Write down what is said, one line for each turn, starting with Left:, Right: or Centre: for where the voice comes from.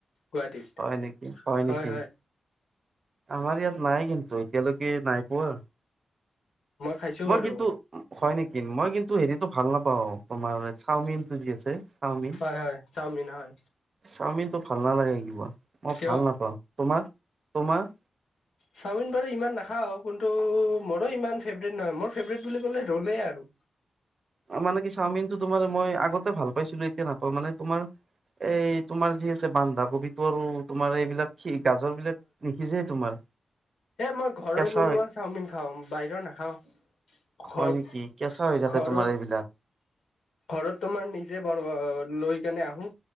Left: গুৱাহাটীত
Right: হয় নেকি
Left: হয়
Right: নেকি
Left: হয়।
Right: আমাৰ ইয়াত নাই কিন্তু এতিয়ালৈকে নাই পোৱা।
Left: খাইছো
Right: মই
Left: বাৰু
Right: কিন্তু হয় নেকি মই কিন্তু, টো হেৰিতটো ভাল নাপাও তোমাৰ চাওমিন টো যি আছে চাওমিন
Left: হয় হয় চাওমিন হয়
Right: চাওমিনটো ভাল নালাগে। তোমাৰ। মই
Left: কিয়
Right: ভাল নাপাওঁ। তোমাক তোমাৰ।
Left: চাওমিন বাৰু ইমান নাখাওঁ কিন্তু মৰো ইমান ফেভৰেট নহয় মোৰ ফেভৰেট বুলি ক'লে ৰলে আৰু।
Right: মানে কি চাওমিনটো তোমাৰ মই আগতে ভাল পাইছিলো এতিয়া নাপাওঁ মানে তোমাৰ এই তোমাৰ যি আছে বন্ধা কবিতো আৰু তোমাৰ এইবিলাক। কি গাজৰ বিলাক নিশিজে তোমাৰ।
Left: এ মই ঘৰৰ
Right: কেঁচা
Left: বনোৱা
Right: হয়
Left: চাওমিন খাওঁ বাহিৰৰ নাখাও ঘ
Right: হয় নেকি কেঁচা হৈ থাকে
Left: ঘ।
Right: তোমাৰ এইবিলাক
Left: ঘৰত তোমাৰ নিজে বনোৱা, আ লৈ তেনে আহো,